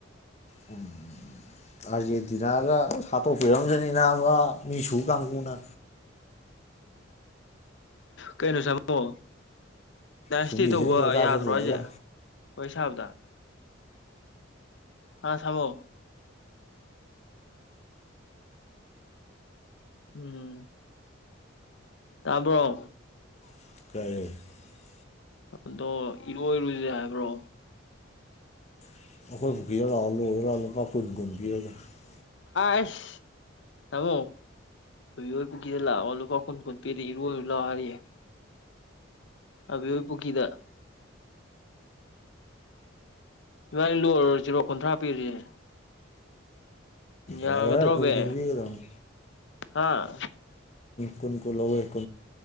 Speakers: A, on the left; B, on the left.
A: <unintelligible> ꯁꯥꯇꯣ ꯐꯤꯔꯝꯖꯅꯤꯅꯕ ꯃꯤꯁꯁꯨ ꯀꯥꯟꯒꯨꯝꯅ
B: ꯀꯩꯅꯣ ꯁꯥꯃꯣ ꯅꯥꯏꯟꯁꯇꯤ
A: ꯐꯨꯕꯤꯖꯅꯤ
B: ꯇꯧꯕ
A: ꯂꯣꯛꯇꯥꯛꯇ
B: ꯌꯥꯗ꯭ꯔꯣ
A: ꯄꯨꯔꯒ
B: ꯍꯥꯏꯁꯦ ꯍꯣꯏꯁꯥꯕꯗ ꯑꯥ ꯊꯕꯣ ꯎꯝ ꯇꯥꯕꯔꯣ꯫
A: <unintelligible>
B: ꯑꯗꯣ ꯏꯔꯣꯏꯔꯨꯁꯦ ꯍꯥꯏꯕ꯭ꯔꯣ
A: <unintelligible>
B: ꯑꯁ ꯊꯃꯣ ꯑꯗꯨ ꯑꯣꯏ ꯄꯨꯗ ꯂꯥꯛꯂꯄꯥ ꯀꯨꯟ ꯀꯟ ꯄꯤꯔꯤ ꯏꯔꯨꯔ ꯂꯑꯣ ꯍꯥꯏꯔꯤꯑꯦ ꯑꯕꯣꯏ ꯄꯨꯈꯤꯗ ꯏꯕꯥꯅꯤ ꯂꯣꯏ ꯖꯤꯔꯣ ꯀꯨꯟꯊ꯭ꯔꯥ ꯄꯤꯔꯤꯁꯦ ꯌꯥꯒꯗ꯭ꯔꯣꯕ
A: ꯌꯥꯔꯣꯏꯍꯦ ꯀꯨꯟ ꯀꯨꯟ ꯄꯤꯒꯗꯕꯅꯤ
B: ꯍꯥꯥ
A: ꯀꯨꯅ ꯀꯨꯅ ꯂꯣꯏ